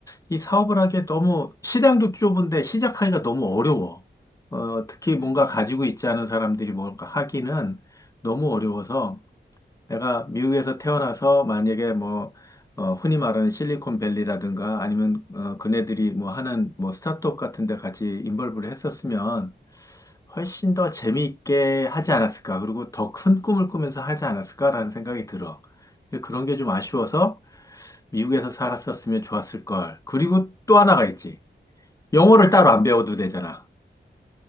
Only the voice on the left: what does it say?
이 사업을 하기에 너무 시장도 좁은데 시작하기가 너무 어려워. 어, 특히 뭔가
가지고 있지 않은 사람들이 뭔가 하기는 너무 어려워서 내가 미국에서 태어나서 만약에 뭐, 어, 흔히 말하는 실리콘밸리라든가 아니면 어, 그네들이 뭐 하는 뭐 스타트업 같은 데 같이 인벌브를 했었으면 훨씬 더 재미있게 하지 않았을까. 그리고 더 큰 꿈을 꾸면서 하지 않았을까라는 생각이 들어. 그런 게 좀 아쉬워서
미국에서 살았었으면 좋았을 걸. 그리고 또 하나가 있지. 영어를
따로 안 배워도 되잖아.